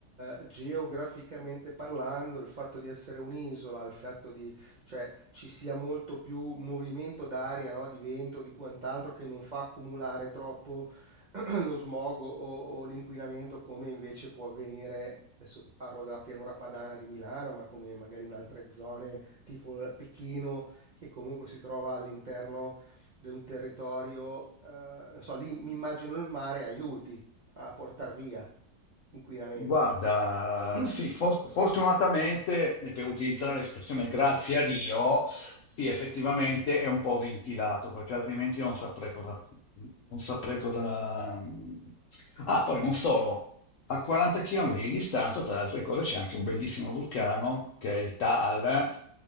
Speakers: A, on the right; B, on the left.
A: eh, geograficamente parlando il fatto di essere un'isola, il fatto di, cioè, ci sia molto più movimento d'aria, no? Di vento, di quant'altro, che non fa accumulare troppo <clears throat> lo smog o, o l'inquinamento come invece può avvenire, adesso parlo della pianura padana di Milano, ma come magari in altre zone tipo Pechino, che comunque si trova all'interno di un territorio, eh, non so, lì mi immagino il mare aiuti a portar via inquinamento.
B: Guarda,
A: <clears throat>
B: sì, for- fortunatamente, e per utilizzare l'espressione grazie a Dio, sì, effettivamente è un po' ventilato, perché altrimenti non saprei cosa... Non saprei cosa... mm, Ah, poi non solo, a 40 km di distanza, tra le altre cose, c'è anche un bellissimo vulcano, che è il Taal,